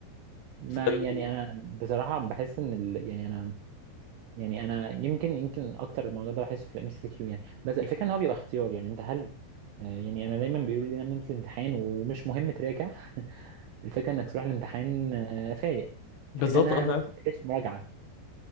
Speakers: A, on the right; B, on the left.
A: ما
B: فال-
A: يعني انا بصراحه بحس ان ال... يعني انا يعني انا يمكن يمكن اكتر الموضوع ده بحسه في الام سي كيو يعني بس الفكره ان هو بيبقى اختيار يعني انت هل آه، يعني انا دايما بيقولوا لي نعمل الامتحان ومش مهم تراجع الفكره انك تروح الامتحان آه، فايق
B: بالظبط
A: الفكره انها
B: اه فعلا
A: ما بتبقاش مراجعه